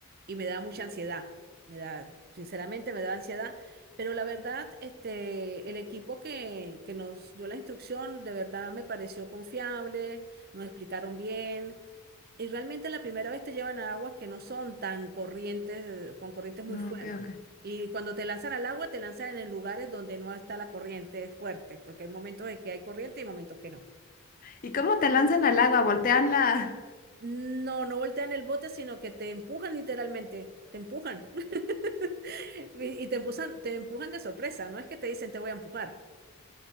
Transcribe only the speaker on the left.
Mm,
ok, ok.
¿Y cómo te lanzan al agua? Voltean la...